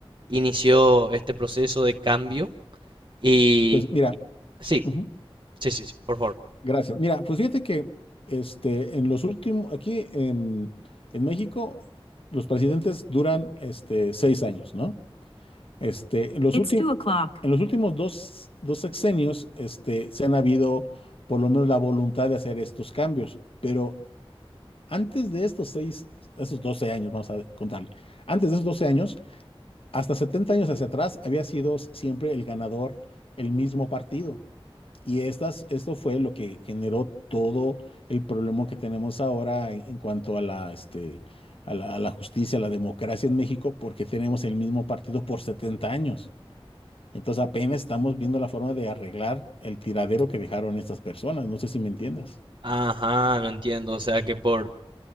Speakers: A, on the right; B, on the left.
A: inició este proceso de cambio? Y
B: Pues mira,
A: sí,
B: ujú,
A: sí, sí, sí, por favor.
B: gracias. Mira, pues fíjate que este, en los últimos, aquí en, en México, los presidentes duran este, seis años, ¿no? Este, en los It's últimos, two o'clock. en los últimos dos, dos sexenios, este, se han habido por lo menos la voluntad de hacer estos cambios, pero antes de estos seis, esos 12 años, vamos a contarle, antes de esos 12 años, hasta 70 años hacia atrás, había sido siempre el ganador el mismo partido. Y estas, esto fue lo que generó todo el problema que tenemos ahora en, en cuanto a la, este, a la, a la justicia, a la democracia en México, porque tenemos el mismo partido por 70 años. Entonces apenas estamos viendo la forma de arreglar el tiradero que dejaron estas personas. No sé si me entiendas.
A: Ajá, lo entiendo. O sea que por